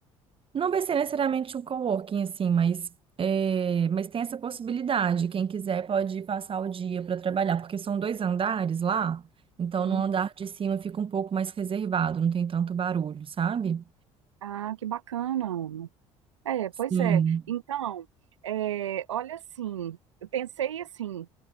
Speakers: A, on the right; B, on the right.
A: Não vai ser necessariamente um coworking, assim, mas, é, mas tem essa possibilidade. Quem quiser pode ir passar o dia para trabalhar, porque são dois andares lá, então
B: né?
A: no andar de cima fica um pouco mais reservado, não tem tanto barulho, sabe?
B: Ah, que bacana. Ana. É,
A: Sim.
B: pois é. Então, é, olha assim, eu pensei assim,